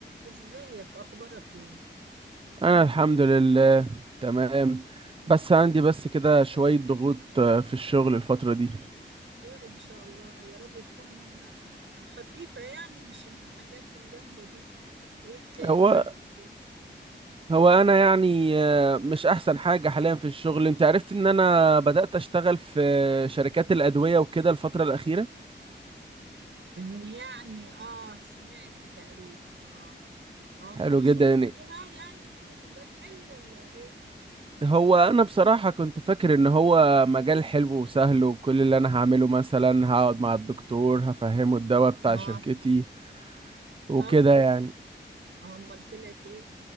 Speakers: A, on the right; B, on the right.
A: ازيك اخبارك ايه عامل
B: انا الحمد لله تمام بس عندي بس كده شوية ضغوط آه، في الشغل الفترة دي
A: خير ان شاء الله يا رب تكون آه، خفيفة يعني مش من الحاجات الجامدة دي ايه خير
B: هو
A: عندك ايه
B: هو انا يعني آه، مش احسن حاجة حاليا في الشغل انت عرفت ان انا بدأت اشتغل في شركات الادوية وكده الفترة الاخيرة
A: ان يعني اه سمعت تقريبا اه اه
B: حلو
A: مبسوط
B: جدا يعني
A: فيها يعني ومجال حلو ولا ايه
B: هو انا بصراحة كنت فاكر ان هو مجال حلو وسهل وكل اللي انا هعمله مثلا هقعد مع الدكتور هفهمه الدواء بتاع
A: اه
B: شركتي وكده
A: طب كو-
B: يعني
A: آه، امال طلعت ايه